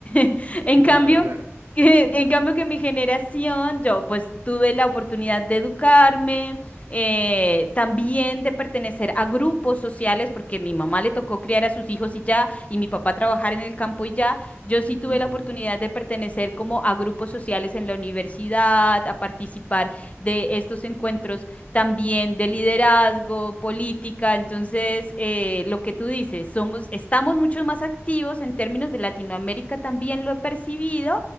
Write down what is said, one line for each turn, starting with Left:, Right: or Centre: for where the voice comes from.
Left: <laughs> En cambio...
Right: Claro, claro.
Left: <laughs> En cambio que mi generación, yo pues tuve la oportunidad de educarme, eh, también de pertenecer a grupos sociales, porque mi mamá le tocó criar a sus hijos y ya, y mi papá trabajar en el campo y ya, yo sí tuve
Right: Ujú.
Left: la oportunidad de pertenecer como a grupos sociales en la universidad, a participar de estos encuentros también de liderazgo, política, entonces eh, lo que tú dices, somos, estamos mucho más activos en términos de Latinoamérica, también lo he percibido,